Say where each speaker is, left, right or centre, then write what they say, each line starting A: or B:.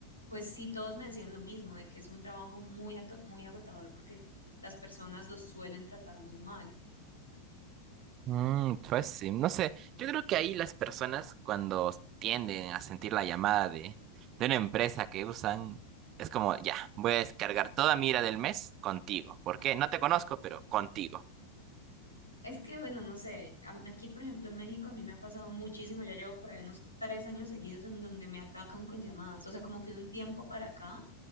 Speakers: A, on the left (about 85°); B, on the right (about 35°).
A: pues sí, todos me decían lo mismo, de que es un trabajo muy, ato- muy agotador porque las personas los suelen tratar muy mal.
B: Mm, pues sí, no sé, yo creo que ahí las personas cuando tienden a sentir la llamada de, de una empresa que usan, es como, ya, voy a descargar toda mi ira del mes contigo. ¿Por qué? No te conozco, pero contigo.
A: Es que, bueno, no sé, a- aquí por ejemplo en México a mí me ha pasado muchísimo, ya llevo por ahí unos tres años seguidos en donde me atacan con llamadas, o sea, como que de un tiempo para acá